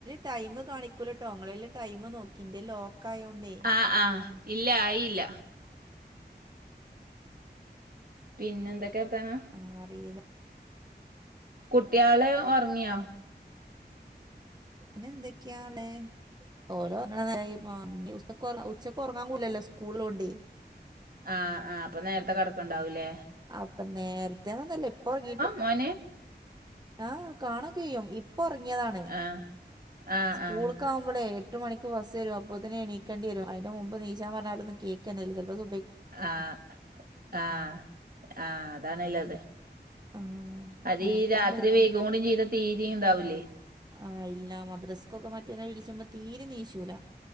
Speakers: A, on the right; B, on the right.
A: ടൈമ് കാണിക്കൂലട്ടൊ ഇങ്ങളേൽ ടൈമ് നോക്കി ന്റെ ലോക്ക് ക്കായോണ്ടേ
B: ആഹ് ആഹ് ഇല്ല ആയില്ല പിന്നെ എന്തൊക്കെ വർത്താനം
A: ആഹ് അറിയില്ല
B: കുട്ട്യാള് ഒറങ്ങിയോ
A: പിന്നെ എന്തൊക്കെയാണ് <unintelligible> സ്കൂൾ ഉള്ള കൊണ്ടേ.
B: ആഹ് ആഹ് അപ്പൊ നേരത്തെ കിടക്കുണ്ടാവൂല്ലേ?
A: അപ്പൊ നേരത്തന്ന ഒന്നല്ല ഇപ്പ ഒറങ്ങീട്ടു
B: മോന്
A: ആഹ് കാണു ഒക്കെ ചെയ്യും ഇപ്പൊ ഒറങ്ങിയതാണ്
B: ആഹ് ആഹ്
A: സ്കൂൾക്ക
B: ആഹ്
A: ള എട്ട് മണിക്ക് ബസ് വരും അപ്പോത്തിനും നീക്കണ്ടി വരും അതിന്റെ മുമ്പ് നീച പറഞ്ഞാലൊന്നും കേൾക്കന്നെ ഇല്ല ചിലപ്പോ സു
B: ആഹ് ആഹ് ആഹ് അതാ നല്ലത്
A: ആ
B: അത് ഈ
A: അപ്പം
B: രാത്രി
A: പിന്നെ
B: വൈകും കൂടെ ചെയ്ത തീരെ ഇതാവൂല്ലേ?
A: ആഹ് ഇല്ല മദ്രസ്കൊക്കെ മറ്റേന്നെ വിളിചുമ്പോ തീരെ നീച്ചൂല